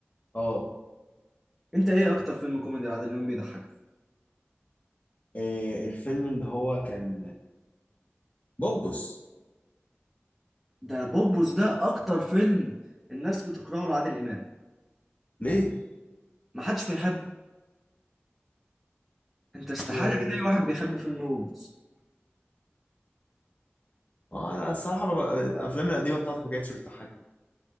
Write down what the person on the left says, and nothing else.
اه
آه، الفيلم اللي هو كان بوبس
ليه؟
و
آه، الصراحة ببقى- الأفلام القديمة بتاعته ما كانتش بتضحكني